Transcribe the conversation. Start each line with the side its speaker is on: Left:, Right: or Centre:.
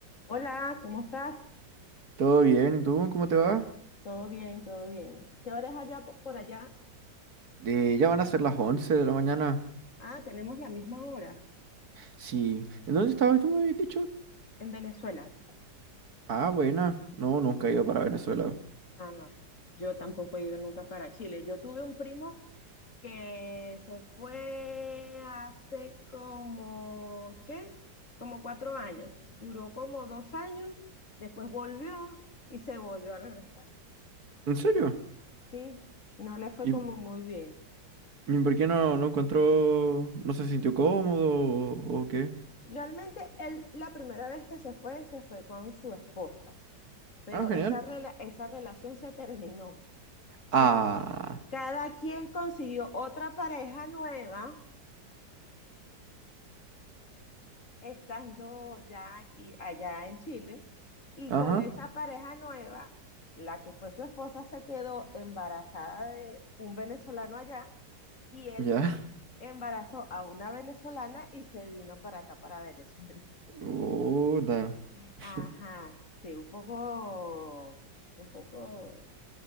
Left: Hola, ¿cómo estás?
Right: Todo bien, ¿y tú? ¿Cómo te va?
Left: Todo bien, todo bien. ¿Qué hora es allá po- por allá?
Right: Eh, ya van a ser las 11 de la mañana.
Left: Ah, tenemos la misma hora
Right: Sí. ¿En dónde estabas tú, me habías dicho?
Left: en Venezuela.
Right: Ah, buena. No, nunca he ido para Venezuela.
Left: Ah, no. Yo tampoco he ido nunca para Chile. Yo tuve un primo que se fue hace como, ¿qué? Como cuatro años. Duró como dos años, después volvió y se volvió a regresar.
Right: ¿En serio?
Left: Sí, no le fue
Right: ¿Y,
Left: como muy bien.
Right: y por qué no, no encontró, no se sintió cómodo o, o qué?
Left: Realmente él, la primera vez que se fue, se fue con su esposa. pero
Right: Ah, genial.
Left: esa, rela- esa relación se terminó.
Right: Ah,
Left: Entonces, cada quien consiguió otra pareja nueva, estando ya aquí, allá en Chile, y
Right: ajá,
Left: con esa pareja nueva, la que fue su esposa se quedó embarazada de un venezolano allá, y él
Right: ya.
Left: embarazó a una venezolana y se vino para acá, para Venezuela.
Right: <laughs> Oh, da.
Left: <laughs>
Right: <laughs>
Left: Ajá, sí, un poco, un poco,